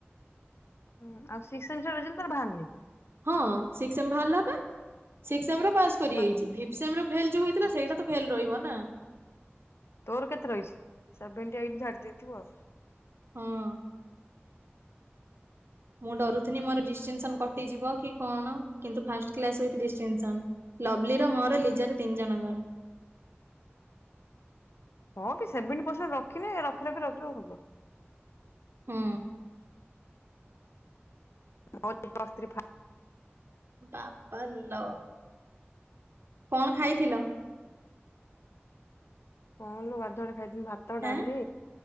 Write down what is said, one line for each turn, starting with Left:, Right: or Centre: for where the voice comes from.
Left: ହୁ ଆଉ ସିକ୍ସ ସେମିଷ୍ଟର ରେଜଲ୍ଟ ତାର ବାହାରନି।
Right: ହଁ ଶିକସ ସେମି ବାହାରିଲା ବା। ସି ସେମି ପାସ କରିଯାଇଛି।
Left: ମାନେ
Right: ଫିଥ ସେମିର ଫେଲ୍ ଯୋଉ ହେଇଥିଲା
Left: ଆଚ୍ଛା
Right: ସେଇ ଟା ତ ଫେଲ ତ ରହିବ ନା।
Left: ତୋର କେତେ ରହିଚି ସେଭେନ୍ଟି ଏଇଟି ଦେଇଥିବ ଆଉ
Right: ହଁ। ମୁଁ ଡରୁଥିନି ମୋର ଡିଷ୍ଟିସନ କଟିଯିବ କି କଣ କିନ୍ତୁ ଫାଷ୍ଟ କ୍ଲାସ ୱିଥ ଡିଷ୍ଟିସନ ସନ ଲଭଲି ର ମୋର ଲି ଜାର ତିନି ଜଣଙ୍କର
Left: ହଁ ବି ସେଭେଣ୍ଟି ପର୍ସେଣ୍ଟ ରଖିନେ ରଖି ରଖି ରଖି <unintelligible> ହବ।
Right: ହୁଁ।
Left: ମୋର ବି ପ୍ଲସ ଥ୍ରି ଫାର୍ଷ୍ଟ
Right: ବାପାଲୋ କଣ ଖାଇଥିଲ?
Left: କଣଲୋ ଗାଧୁଆଳେ ଖାଇଥିଲ ଭାତ ଡାଲି
Right: ଆଁ